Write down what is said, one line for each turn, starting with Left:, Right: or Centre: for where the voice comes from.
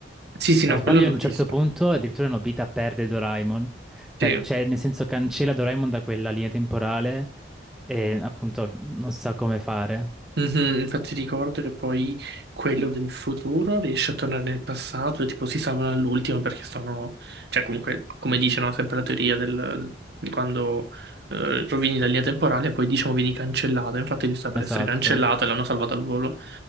Right: Sì, sì,
Centre: Se
Right: no,
Centre: non sbaglio,
Right: quello l'ho
Centre: ad
Right: visto.
Centre: un certo punto addirittura Nobita perde Doraemon, per-
Right: Sì.
Centre: cioè nel senso cancella Doraemon da quella linea temporale e appunto non sa come fare.
Right: Mhm, Infatti ricordo che poi quello del futuro riesce a tornare nel passato e tipo si salvano all'ultimo perché sono... Cioè comunque, come dice, no, sempre la teoria del... di quando eh, rovini la linea temporale e poi diciamo vieni cancellato. Infatti lui sta per
Centre: Esatto.
Right: essere cancellato e l'hanno salvato al volo.